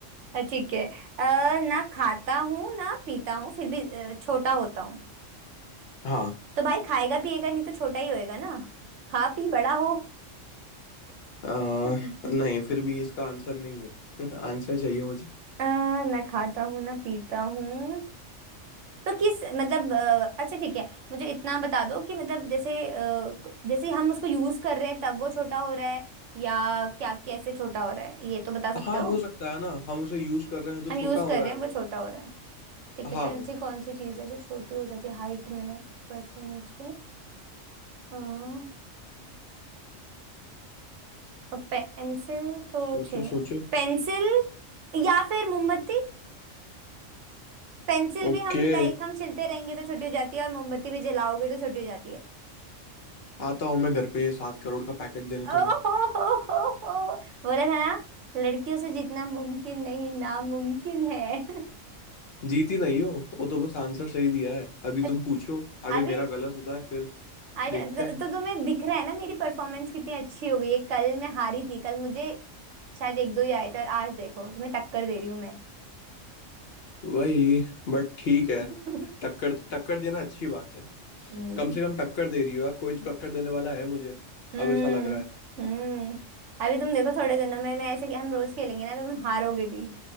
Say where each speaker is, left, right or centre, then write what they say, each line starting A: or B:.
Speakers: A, on the right; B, on the left.
A: अ, ठीक है अ, ना खाता हूँ ना पीता हूँ फिर भी अ, छोटा होता हूँ
B: हाँ
A: तो भाई खाएगा पिएगा नहीं तो छोटा ही होएगा ना खा पी बड़ा हो
B: अ,
A: <laughs> हम्म,
B: नहीं फिर भी इसका आंसर नहीं है <laughs> आंसर चाहिए मुझे
A: अ, ना खाता हूँ ना पीता हूँ तो किस मतलब अ, अच्छा ठीक है मुझे इतना बता दो कि मतलब जैसे अ, क- जैसे हम उसको यूज कर रहे हैं तब वो छोटा हो रहा है या क्या कैसे छोटा हो रहा है ये तो बता सकते
B: हाँ
A: हो
B: हो सकता है ना हम उसे यूज कर रहे हैं तो
A: हम यूज
B: छोटा हो
A: कर
B: रहा
A: रहे
B: है
A: हैं
B: वो
A: वो छोटा हो रहा है ठीक है
B: हाँ
A: तो ऐसी कौन सी चीज है जो छोटी हो जाती है हाइट में ऊपर से नीचे अ, हम्म और पेंसिल तो
B: सोचो
A: छिल
B: सोचो
A: पेंसिल या फिर मोमबत्ती पेंसिल
B: ओके
A: भी हम लाइक हम छिलते रहेंगे तो छोटी हो जाती है और मोमबत्ती भी जलाओगे तो छोटी हो जाती है
B: आता हूँ मैं घर पे सात करोड़ का पैकेट देने
A: ओहो
B: तुम्हें
A: हो हो हो हो बोला था ना लड़कियों से जितना मुमकिन नहीं नामुमकिन है
B: जीती नहीं हो वो तो बस आंसर सही दिया है अभी
A: <laughs>
B: तुम पूछो अगर
A: अभी
B: मेरा गलत होता है फिर
A: आज
B: देखते हैं
A: तो तुम्हें दिख रहा है ना मेरी परफॉर्मेंस कितनी अच्छी हो गई है कल मैं हारी थी कल मुझे शायद एक दो ही आए थे और आज देखो तुम्हें टक्कर दे रही हूँ मैं
B: वही बट ठीक है
A: <laughs>
B: टक्कर टक्कर देना अच्छी बात है
A: हम्म
B: कम से कम टक्कर दे रही हो यार कोई तो टक्कर देने वाला है मुझे
A: हम्म
B: अब ऐसा लग रहा है
A: हम्म अभी तुम देखो थोड़े दिनों में मैं ऐसे हम रोज खेलेंगे ना तो तुम हारोगे भी